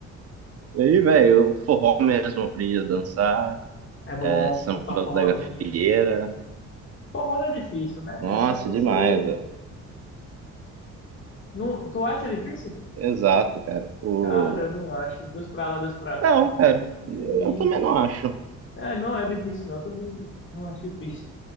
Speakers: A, on the right (about 50°); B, on the left (about 40°).
A: E aí, velho, eu forró mesmo aprendi a dançar.
B: É bom
A: é, samba
B: dançar um forrozinho.
A: da gafieira.
B: Forró não é difícil, né?
A: Nossa,
B: É só você.
A: demais, velho.
B: Não, tu acha difícil?
A: Exato, cara. O...
B: Cara, eu não acho. Dois pra lá, dois pra
A: Não,
B: cá.
A: cara. Eu
B: aí
A: também não acho.
B: É, não é difícil, não. Eu também não acho difícil.